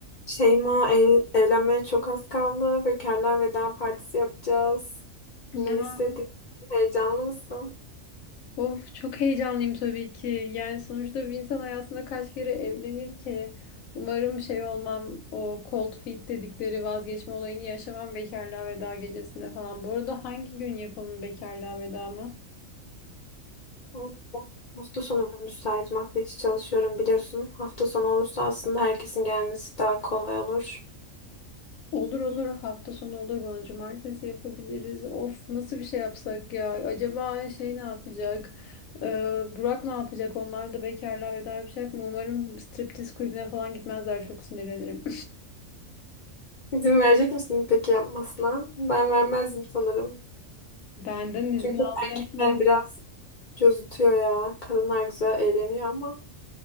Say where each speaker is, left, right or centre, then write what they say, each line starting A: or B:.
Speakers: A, on the left; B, on the left.
A: Şeyma ev, evlenmeye çok az kaldı. Bekarlar veda partisi yapacağız.
B: Ya
A: Ne istedin? Heyecanlı mısın?
B: of çok heyecanlıyım tabii ki. Yani sonuçta bir insan hayatında kaç kere evlenir ki? Umarım şey olmam o cold feet dedikleri vazgeçme olayını yaşamam bekarlığa veda gecesinde falan. Bu arada hangi gün yapalım bekarlığa veda mı?
A: Hafta hafta sonu müsaitim. Hafta içi çalışıyorum biliyorsun. Hafta sonu olursa aslında herkesin gelmesi daha kolay olur.
B: Olur olur hafta sonu olur bana cumartesi yapabiliriz. Of nasıl bir şey yapsak ya? Acaba şey ne yapacak? Ee, Burak ne yapacak? Onlar da bekarlığa veda yapacak mı? Umarım striptiz kulübüne falan gitmezler çok sinirlenirim.
A: İzin verecek misin peki yapmasına? Ben vermezdim sanırım.
B: <laughs> Benden izin
A: Çünkü
B: alacak
A: erkekler
B: mı?
A: biraz cozutuyor ya. Kadınlar güzel eğleniyor ama.